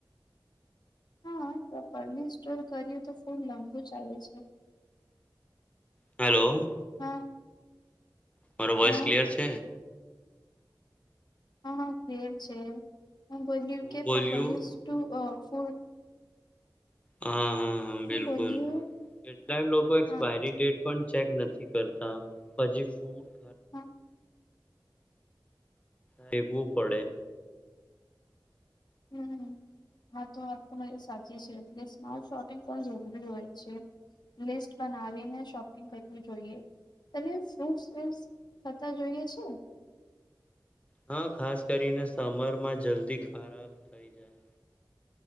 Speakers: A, on the left; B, on the left.
A: હા પ્રોપરલી સ્ટોર કરીએ તો ખૂબ લાંબુ ચાલે છે.
B: હલો.
A: હા.
B: મારો વોઇસ
A: હા
B: ક્લિયર છે,
A: હા હા ક્લિયર છે હું બોલી
B: હું
A: કે
B: બોલ્યું
A: પ્રોપરલીઝ ટુ ફુ <inaudible>
B: હા હા બિલકુલ
A: બોલ્યું
B: કેટલાય લોકો એક્સપાયરી
A: હા હા
B: ડેટ પણ ચેક નથી કરતા પછી ફૂ <inaudible>
A: હમ્મ
B: <inaudible> ફેકવું પડે,
A: હમ હા તો વાત તોરી સાચી છે, એટલે સ્માર્ટ શોપિંગ પણ જરૂરી હોય છે, લિસ્ટ બનાવીને શોપિંગ કરવું જોઈએ તને ફ્રૂટ્સ થતા જોઈએ છે,
B: હા ખાસ કરીને સમર માં જલ્દી ખરાબ થઈ, જાય